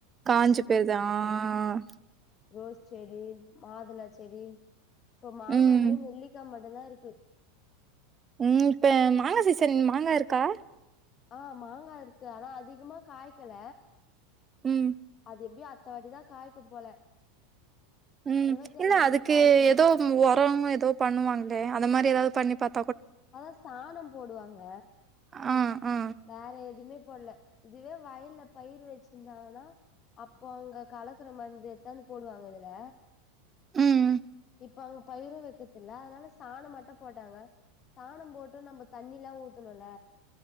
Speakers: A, on the right (about 25°); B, on the left (about 35°).
A: காஞ்சு போயிருது ஆ
B: ரோஸ் செடி மாதுள செடி ப்போ மாங்கன்னு
A: ம்
B: நெல்லிக்கா மட் நல்லா இருக்கு
A: ம் இப்ப மாங்கா சீசன் மாங்கா இருக்கா
B: ஆ மாங்கா இருக்கு ஆனா அதிகமா காய்க்கல
A: ம்
B: அது எப்டியு அத் த வாட்டி தா காய்க்கு போல
A: ம்
B: இந்த வாட்டி
A: இல்ல
B: அதிகமா
A: அதுக்கு
B: காய்க்கணு
A: ஏ, எதோ ம் ஒரம் எதோ பண்ணுவாங்களே அந்த மாரி எதாவது பண்ணி பாத்
B: அதா சாணம் போடுவாங்க
A: ஆ ஆ
B: வேற எதும்மே போடல இதுவே வயல்ல பயிர் வெச்சிருந்தாங்கனா அப்போ அங்க கலக்கிற மருந்து எத்தாந்து போடுவாங்க இதுல
A: ம்
B: இப்ப அங்க பயிரு வெக்கற்தில்ல அதனால சாணம் மட்டும் போட்டாங்க சாணோ போட்டு நம்ம தண்ணில்லா ஊத்தணுல்ல